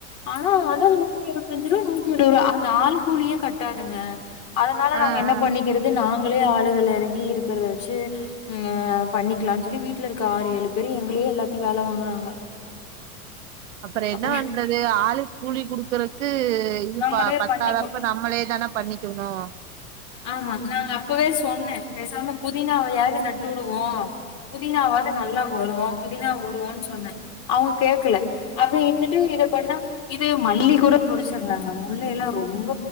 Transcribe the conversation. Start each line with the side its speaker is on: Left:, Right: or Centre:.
Left: ஆனா அதா நூத்திஇருவ தஞ்சிரு நூத்தி எழுவரூவா அந்த ஆள் கூலியே கட்டாதுங்க அதனால
Right: ஆ
Left: நாங்க என்ன
Right: ஆ
Left: பண்ணிக்கிறு இது நாங்களே ஆளுகல எறங்கி இருக்குறத வச்சி ம் ஆ பண்ணிக்கலா சொல்லி வீட்ல இருக்க ஆறு ஏழு பேரு எங்களையே எல்லாத்தையு வேல வாங்குறாங்க
Right: அப்பற
Left: அப்புற
Right: என்னா வண்றது ஆளு கூலி குடுக்குறக்கு இதுப்ப
Left: நாங்களே
Right: பத்தாதப்ப
Left: பண்ணிக்கோ
Right: நம்மளே தான பண்ணிக்கணு
Left: ஆமா நாங்க அப்பவே சொன்னே பேசாம புதினாவையாது நட்டு விடுவோ புதினாவது நல்லா வரு புதினா வுடுவோன் சொன்னே அவுங்க கேக்கல அப்ப இருந்துட்டு இத பண்ணா இது மல்லி கூட பொடுசு இல்லாங்க முல்லைல்லா ரொம்ப